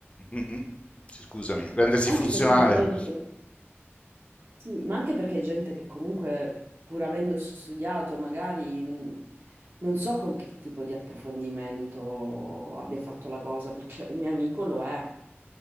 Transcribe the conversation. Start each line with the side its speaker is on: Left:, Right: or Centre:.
Left: mhm, sì, scusami, rendersi
Right: anche
Left: funzionale.
Right: perché gente che, sì, ma anche perché gente che comunque, pur avendo studiato, magari mh, non so con che tipo di approfondimento abbia fatto la cosa, perché un mio amico lo è.